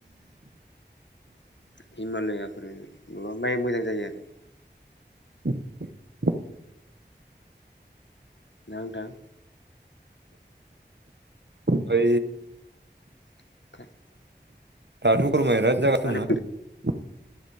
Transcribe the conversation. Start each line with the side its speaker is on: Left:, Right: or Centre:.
Left: हिमालयाफोर माबा माइ मोजां जायो आरो
Right: <inaudible>
Left: ना नोंथां
Right: बै
Left: <inaudible>
Right: दाथ' गुरमाया बिराद जागासिनो
Left: होनो
Right: दंना